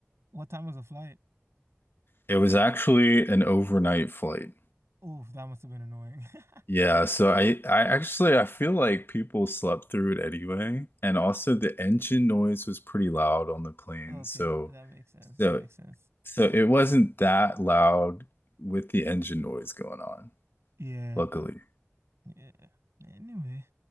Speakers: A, on the right; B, on the left.
A: What time was the flight?
B: it was actually an overnight flight.
A: Oh, that must have been annoying. <laughs>
B: Yeah, so I I actually I feel like people slept through it anyway, and also the engine noise was pretty loud on the plane,
A: Okay,
B: so
A: that makes sense. That
B: so
A: makes sense.
B: so it wasn't that loud with the engine noise going on,
A: Yeah,
B: luckily.
A: yeah. Anyway.